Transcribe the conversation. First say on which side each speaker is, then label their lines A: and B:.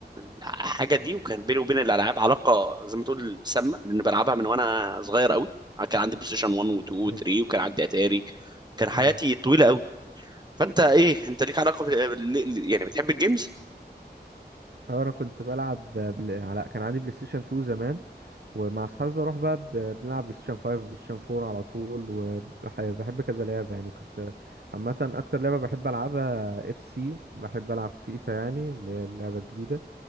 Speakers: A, on the right (about 25°); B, on the right (about 70°).
A: الحاجة دي وكان بيني وبين الالعاب علاقة زي ما تقول سامة لان بلعبها من وانا صغير قوي كان عندي بلاي ستيشن 1 و2
B: أيوة.
A: و3 وكان عندي اتاري كان حياتي
B: اه
A: طويلة فانت ايه انت ليك علاقه بال- ليه- يعني بتحب الجيمز
B: آه، انا كنت بلعب بل... على كان عندي بلاي ستيشن 2 زمان ومع اصحابي بروح بقى ب- بنلعب بلاي ستيشن 5 بلاي ستيشن 4 على طول وبحب كذا لعبه يعني كنت عامه اكتر لعبه بحب العبها اف سي بحب العب فيفا يعني اللي هي اللعبه الجديده